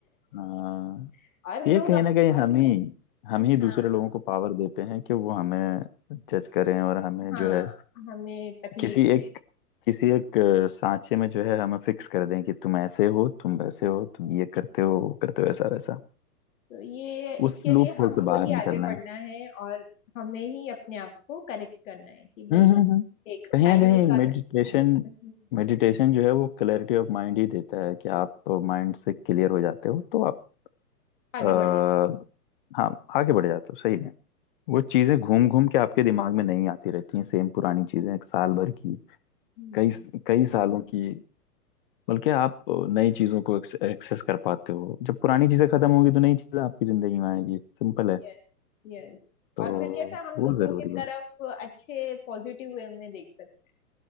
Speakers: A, on the left (about 35°); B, on the left (about 55°).
A: हाँ
B: <laughs> और लोग
A: ये कहीं
B: अप,
A: ना कहीं हम ही हम ही
B: हाँ
A: दूसरे लोगों को पावर देते हैं कि वो हमें जज करें और हमें
B: हाँ
A: जो है
B: हमें तकलीफ
A: किसी एक
B: दे
A: किसी एक अ, सांचे में जो है हमें फिक्स कर दें कि तुम ऐसे हो तुम वैसे हो तुम
B: हम्म।
A: ये करते हो वो करते हो ऐसा वैसा
B: तो ये इसके
A: उस लूप
B: लिए
A: होल
B: हमको
A: से बाहर
B: ही
A: निकलना
B: आगे बढ़ना
A: है
B: है और हमें ही अपने आप को करेक्ट करना है कि भाई
A: हम्म हम्म हम्म।
B: एक
A: कहीं
B: टाइम
A: ना कहीं
B: निकालो
A: मेडिटेशन
B: हम्म।
A: मेडिटेशन जो है वो क्लैरिटी ऑफ माइंड ही देता है कि आप माइंड से क्लियर हो जाते हो तो आप
B: आगे
A: आ,
B: बढ़ जाओ
A: हाँ आगे बढ़ जाते हो सही वो चीजें घूम घूम के आपके दिमाग में नहीं आती रहती हैं सेम पुरानी चीजें एक साल भर की
B: हम्म
A: कई कई सालों की बल्कि आप नई चीजों को एक्सेस कर पाते हो जब पुरानी चीजें खत्म होगी तो नई चीजें आपकी जिंदगी में आएगी सिंपल है
B: Yes yes
A: तो
B: और फिर कैसा हम
A: वो
B: दूसरों
A: जरूरी
B: की
A: है
B: तरफ अच्छे पॉजिटिव वे में देख सकते